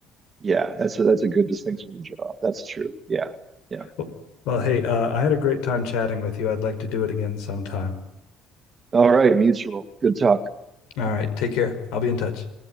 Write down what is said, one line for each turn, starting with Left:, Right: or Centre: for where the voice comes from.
Right: Yeah, that's a, that's a good distinction to draw. That's true. Yeah. Yeah.
Left: Well, well, hey, uh, I had a great time chatting with you. I'd like to do it again sometime.
Right: All right, mutual. Good talk.
Left: All right, take care. I'll be in touch.